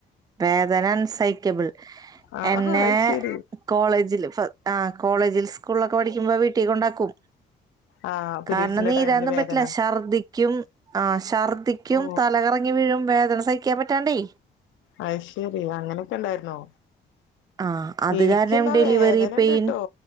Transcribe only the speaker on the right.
വേദന അൻസൈക്കബിൾ
എന്നെ
കോളേജിൽ ആഹ്ളേജിൽ സ്കൂളിലൊക്കെ പഠിക്കുമ്പോ വട്ട കുട്ട കൊണ്ടാക്കും
കാരണം നീരൊന്നും
പറ്റില്ല ഛർദിക്കും ആ ഷാർഖ ത്തിക്കും
തലകറങ്ങി വീഴും വേ സഹിക്കാൻ പറ്റാണ്ടേ
ആ അത്
കാരണം ഡെലിവറി
പെയിൻ